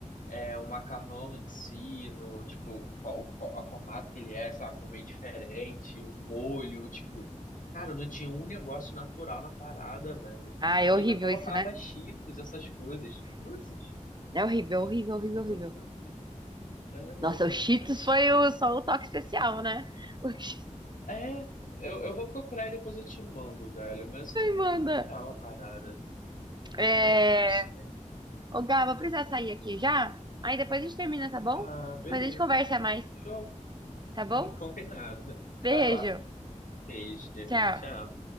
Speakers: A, on the left; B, on the right.
A: é o macarrão em si, no, tipo, o, fo- o, fo- o formato que ele é, sabe? É meio diferente, o molho, tipo. Cara, não tinha um negócio natural na parada, velho.
B: Ah, é
A: E
B: horrível
A: ainda colocava
B: isso, né?
A: cheetos, essas coisas. Cruzes.
B: É horrível, horrível, horrível, horrível.
A: Tá doido. É, não,
B: Nossa,
A: não,
B: o Cheetos
A: sem condição.
B: foi o- só o toque especial, né? <laughs> O Cheetos
A: É, eu, eu vou procurar e depois eu te mando, velho. Mas assim,
B: manda.
A: é surreal a parada.
B: É...
A: Como é que consegue?
B: Ô, Gá, vou precisar sair aqui já. Aí depois a gente termina, tá bom?
A: Ah, beleza.
B: Depois a gente conversa mais,
A: Show.
B: tá bom?
A: <laughs> Combinado.
B: Beijo.
A: Vai lá. Um beijo.
B: Tchau.
A: Tchau.